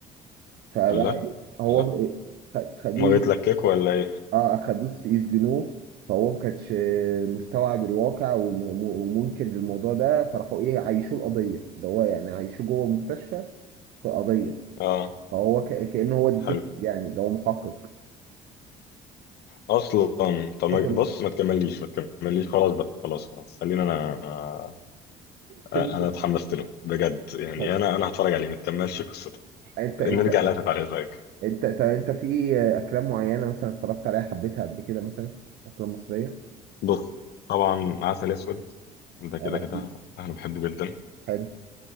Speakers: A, on the right; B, on the left.
A: فبقى
B: الله
A: ايه هو
B: الله
A: خ- خدوه
B: ما بيتلككوا
A: ي-
B: ولا ايه
A: اه خدوه س- يسجنوه فهو ما كانش آه، مستوعب الواقع وم- ومنكر للموضوع ده فراحوا ايه عايشوه القضيه ده هو يعني عايشوه جوه مستشفى في قضيه
B: اه
A: فهو ك- كأنه هو ديتكتيف
B: حلو
A: يعني ده هو محقق
B: اصلا طب ما-
A: فكنت
B: بص ما تكمليش ما تكمليش خلاص بقى خلاص خلاص خلينا انا
A: فيلم
B: انا اتحمست له بجد يعني
A: طيب
B: انا انا هتفرج عليه ما تكملش قصته
A: انت انت
B: نرجع لاسف على الازعاج
A: انت طب انت في افلام معينه مثلا اتفرجت عليها حبيتها قبل كده مثلا افلام مصريه
B: بص طبعا عسل اسود ده كده
A: اه
B: كده
A: اكيد
B: انا بحبه جدا
A: حلو